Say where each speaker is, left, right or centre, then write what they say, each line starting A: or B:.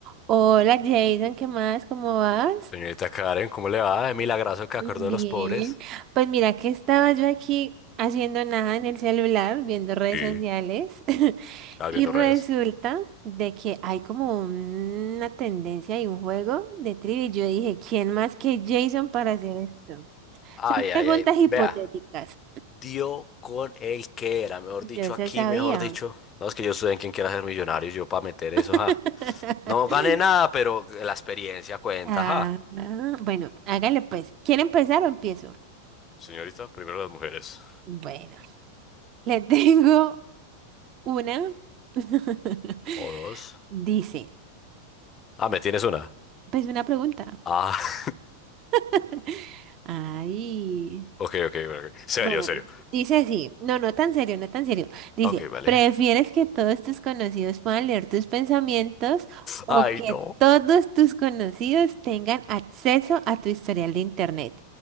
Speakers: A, on the right; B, on the left.
A: Hola Jason, ¿qué más? ¿Cómo vas?
B: Señorita Karen, ¿cómo le va? De milagroso que acordó
A: Bien,
B: de los pobres.
A: Pues mira que estaba yo aquí haciendo nada en el celular, viendo redes
B: ¿Y?
A: sociales, <laughs>
B: ¿Estás
A: y
B: viendo
A: resulta
B: redes?
A: de que hay como una tendencia y un juego de trivia. y Yo dije, ¿quién más que Jason para hacer esto?
B: Ay,
A: Son preguntas
B: ay, ay.
A: hipotéticas.
B: Vea, dio con el que era. Mejor dicho,
A: Yo se
B: aquí,
A: sabía.
B: mejor dicho. No, es que yo estudié en quien quiera ser millonario. Yo para meter eso,
A: <laughs>
B: ja. No gané nada, pero la experiencia cuenta,
A: Ah,
B: ja.
A: ah, bueno, hágale pues. ¿Quiere empezar o empiezo?
B: Señorita, primero las mujeres.
A: Bueno, le <laughs> tengo. Una <laughs>
B: O dos.
A: dice,
B: Ah, ¿me tienes una?
A: pues una pregunta.
B: Ah,
A: <laughs> Ay,
B: <laughs> ok, ok, ok. Serio,
A: bueno,
B: serio.
A: dice así, no, no tan serio, no tan serio. Dice,
B: Ok, vale.
A: ¿prefieres que todos tus conocidos puedan leer tus pensamientos o
B: Ay,
A: que
B: no.
A: todos tus conocidos tengan acceso a tu historial de internet?